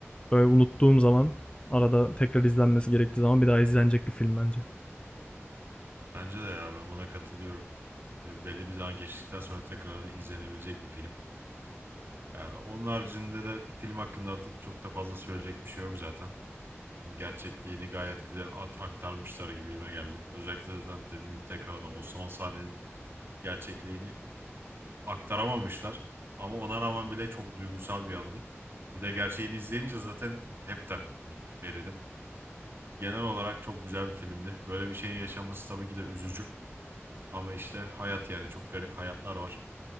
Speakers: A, on the left (about 25°); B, on the right (about 55°).
A: böyle unuttuğum zaman arada tekrar izlenmesi gerektiği zaman bir daha izlenecek bir film bence.
B: Bence de ya ben buna katılıyorum. E, belli bir zaman geçtikten sonra tekrardan izlenebilecek bir film. Yani onun haricinde de film hakkında artık çok da fazla söyleyecek bir şey yok zaten. Gerçekliğini gayet güzel at aktarmışlar gibime geldi. Özellikle zaten dediğim gibi tekrardan o son sahnenin gerçekliğini aktaramamışlar. Ama ona rağmen bile çok duygusal bir andı. Bir de gerçeğini izleyince zaten hepten bittim eridim. Genel olarak çok güzel bir filmdi. Böyle bir şeyin yaşaması tabii ki de üzücü. Ama işte hayat yani çok garip hayatlar var.